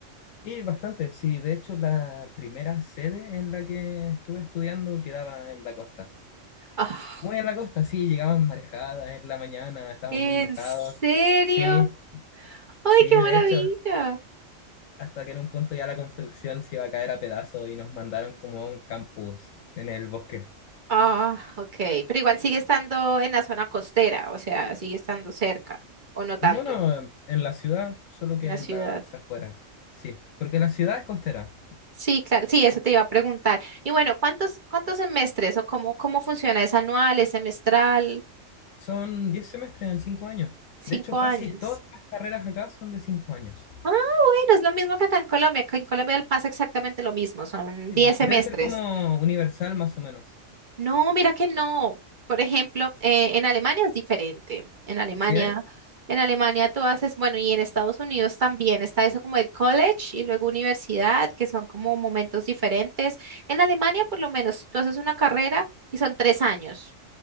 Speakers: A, on the left; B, on the right.
A: Sí, bastante, sí, de hecho la primera sede en la que estuve estudiando quedaba en la costa.
B: ah,
A: Muy en la costa, sí, llegamos marejadas en la mañana, estábamos
B: ¿en
A: muy mojados.
B: serio?
A: Sí,
B: ¡Ay,
A: sí,
B: qué maravilla!
A: de hecho, hasta que en un punto ya la construcción se iba a caer a pedazos y nos mandaron como a un campus en el bosque.
B: Ah, ok, pero igual sigue estando en la zona costera, o sea, sigue estando cerca, o no tanto,
A: Bueno, en la ciudad, solo que
B: en la
A: en
B: ciudad.
A: las afueras, sí, porque la ciudad es costera.
B: Sí, claro, sí, eso te iba a preguntar. Y bueno, ¿cuántos, cuántos semestres o cómo, cómo funciona? ¿Es anual, es semestral?
A: Son 10 semestres en 5 años.
B: ¿Cinco
A: De hecho, casi
B: años?
A: todas las carreras acá son de cinco años.
B: Ah, bueno, es lo mismo que acá en Colombia. Acá en Colombia pasa exactamente lo mismo, son
A: Eh,
B: diez
A: Debe
B: semestres.
A: ser como universal más o menos.
B: No, mira que no. Por ejemplo, eh, en Alemania es diferente. En Alemania,
A: ¿Sí hay?
B: en Alemania tú haces, bueno, y en Estados Unidos también está eso como el college y luego universidad, que son como momentos diferentes. En Alemania, por lo menos, tú haces una carrera y son tres años.